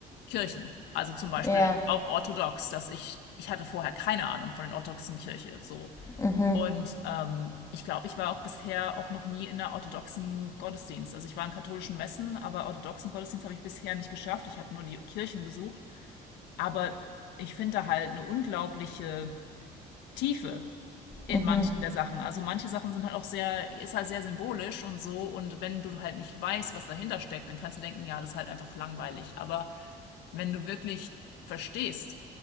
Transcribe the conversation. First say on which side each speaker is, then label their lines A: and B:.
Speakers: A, on the left; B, on the left.
A: Kirchen. Also zum Beispiel
B: Ja.
A: auch orthodox, dass ich, ich hatte vorher keine Ahnung von der orthodoxen Kirche. So.
B: Mhm.
A: Und ähm, ich glaube, ich war auch bisher auch noch nie in einer orthodoxen Gottesdienst. Also ich war in katholischen Messen, aber orthodoxen Gottesdienst habe ich bisher nicht geschafft. Ich habe nur die Kirchen besucht. Aber ich finde da halt eine unglaubliche Tiefe in
B: Mhm. Mhm.
A: manchen der Sachen. Also manche Sachen sind halt auch sehr, ist halt sehr symbolisch und so. Und wenn du halt nicht weißt, was dahinter steckt, dann kannst du denken, ja, das ist halt einfach langweilig. Aber wenn du wirklich verstehst,